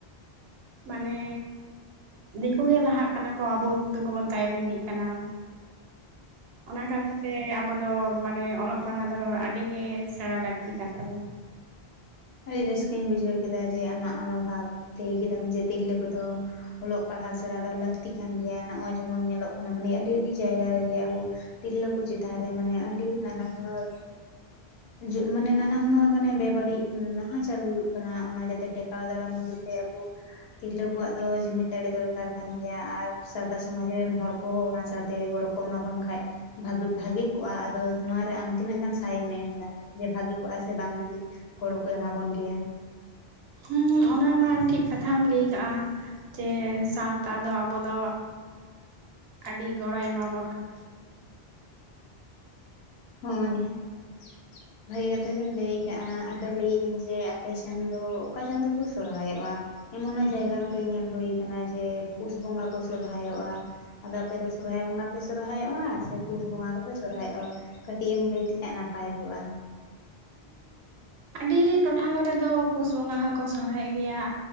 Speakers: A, on the right (about 75°); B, on the left (about 75°).
A: ᱢᱟᱱᱮ ᱫᱮᱠᱩ ᱜᱮ ᱞᱟᱦᱟᱜ ᱠᱟᱱᱟ ᱠᱚ ᱟᱵᱚ ᱫᱚᱵᱚᱱ ᱛᱟᱭᱚᱢ ᱤᱫᱤᱜ ᱠᱟᱱᱟ ᱾
B: <inaudible>
A: ᱚᱱᱟ ᱠᱟᱨᱚᱱ ᱛᱮ ᱟᱵᱚ ᱫᱚ ᱢᱟᱱᱮ ᱚᱞᱚᱜ ᱯᱟᱲᱦᱟᱣ ᱫᱚ ᱟᱹᱰᱤᱜᱮ ᱥᱮᱬᱟ ᱞᱟᱹᱠᱛᱤ ᱠᱟᱱ ᱛᱟᱵᱚᱱᱟ ᱾
B: ᱟᱹᱰᱤ ᱨᱟᱹᱥᱠᱟᱹᱧ ᱵᱩᱡᱷᱟᱹᱣ ᱠᱮᱫᱟ ᱡᱮ ᱟᱢᱟᱜ ᱚᱱᱩᱵᱷᱟᱵᱽ ᱞᱟᱹᱭ ᱠᱮᱫᱟᱢ ᱡᱮ ᱛᱤᱨᱞᱟᱹ ᱠᱚᱫᱚ ᱚᱞᱚᱜ ᱯᱟᱲᱦᱟᱜ ᱥᱮᱬᱟ ᱫᱚ ᱞᱟᱹᱠᱛᱤ ᱠᱟᱱ ᱜᱤᱭᱟ ᱱᱚᱜᱼᱚᱭ ᱡᱮᱢᱚᱱ ᱧᱮᱞᱚᱜ ᱠᱟᱱᱟ ᱢᱟᱱᱮ ᱟᱹᱰᱤ ᱟᱹᱰᱤ ᱡᱟᱭᱜᱟ ᱨᱮᱜᱮ ᱟᱵᱩ ᱛᱤᱨᱞᱟᱹ ᱠᱚ ᱪᱮᱛᱟᱱ ᱨᱮ ᱢᱟᱱᱮ ᱟᱹᱰᱤ ᱱᱟᱱᱟ ᱦᱩᱱᱟᱹᱨ ᱡᱳ ᱢᱟᱱᱮ ᱱᱟᱱᱟ ᱦᱩᱱᱟᱹᱨ ᱢᱟᱱᱮ ᱵᱮ ᱵᱟᱹᱲᱤᱡ ᱱᱟᱦᱟᱪᱟᱨ ᱦᱩᱭᱩᱜ ᱠᱟᱱᱟ ᱚᱱᱟ ᱡᱟᱛᱮ ᱴᱮᱠᱟᱣ ᱫᱟᱨᱟᱢ ᱞᱟᱹᱜᱤᱫ ᱛᱮ ᱟᱵᱚ ᱛᱤᱨᱞᱟᱹ ᱠᱚᱣᱟᱜ ᱫᱚ ᱡᱩᱢᱤᱫ ᱫᱟᱲᱮ ᱫᱚᱨᱠᱟᱨ ᱠᱟᱱ ᱜᱤᱭᱟ ᱟᱨ ᱥᱟᱶᱛᱟ ᱥᱚᱢᱟᱡᱽ ᱨᱮᱱ ᱦᱚᱲ ᱠᱚᱦᱚᱸ ᱚᱱᱟ ᱥᱟᱶᱛᱮ ᱜᱚᱲᱚ ᱠᱚ ᱮᱢᱟᱵᱚᱱ ᱠᱷᱟᱡᱽ ᱵᱷᱟᱜᱮ ᱵᱷᱟᱜᱮ ᱠᱚᱜᱼᱟ ᱟᱫᱚ ᱱᱚᱣᱟ ᱨᱮ ᱟᱢ ᱛᱤᱱᱟᱹᱜ ᱜᱟᱱ ᱥᱟᱭᱮᱢ ᱮᱢ ᱫᱟ? ᱡᱮ ᱵᱷᱟᱜᱮ ᱠᱚᱜᱼᱟ ᱥᱮ ᱵᱟᱝ ᱡᱩᱫᱤ ᱜᱚᱲᱚ ᱠᱚ ᱮᱢᱟᱵᱚᱱ ᱠᱮᱭᱟ?
A: ᱦᱩᱸ ᱚᱱᱟ ᱢᱟ ᱴᱷᱤᱠ ᱠᱟᱛᱷᱟᱢ ᱞᱟᱹᱭ ᱠᱟᱜᱼᱟ ᱾ ᱡᱮ ᱥᱟᱶᱛᱟ ᱫᱚ ᱟᱵᱚᱫᱚ ᱟᱹᱰᱤ ᱜᱚᱲᱚᱭ ᱮᱢᱟᱵᱚᱱ ᱠᱟᱱᱟ ᱾
B: ᱦᱳᱭ ᱾ ᱵᱷᱟᱹᱜᱤ ᱠᱟᱛᱷᱟ ᱜᱮᱢ ᱞᱟᱹᱭ ᱟᱠᱟᱜᱼᱟ, ᱟᱫᱚ ᱞᱟᱹᱭ ᱟᱹᱧ ᱡᱮ ᱟᱯᱮᱥᱮᱱ ᱫᱚ ᱚᱠᱟ ᱪᱟᱸᱫᱳ ᱠᱚ ᱥᱚᱨᱦᱟᱭᱚᱜᱼᱟ? ᱮᱢᱚᱱᱟᱜ ᱡᱟᱭᱜᱟ ᱠᱚᱨᱮᱜ ᱧᱮᱞ ᱦᱳᱭ ᱠᱟᱱᱟ ᱡᱮ ᱯᱩᱥ ᱵᱚᱸᱜᱟ ᱠᱚ ᱥᱚᱨᱦᱟᱭᱚᱜᱼᱟ ᱾ ᱟᱫᱚ ᱟᱯᱮ ᱫᱚ ᱥᱚᱨᱦᱟᱭ ᱵᱚᱸᱜᱟ ᱯᱮ ᱥᱚᱨᱦᱟᱭᱚᱜᱼᱟ ᱥᱮ ᱯᱩᱥ ᱵᱚᱸᱜᱟ ᱜᱮᱯᱮ ᱥᱚᱨᱦᱟᱭᱚᱜᱼᱟ ᱾ ᱠᱟᱹᱴᱤᱡ ᱮᱢ ᱞᱮᱭ ᱞᱮᱠᱷᱟᱡ ᱱᱟᱯᱟᱭ ᱠᱚᱜᱼᱟ
A: ᱱᱤ ᱴᱚᱴᱷᱟ ᱠᱚᱨᱮ ᱫᱚ ᱯᱩᱥ ᱵᱚᱸᱜᱟ ᱦᱚᱠᱚ ᱥᱚᱦ ᱚᱜ ᱜᱮᱭᱟ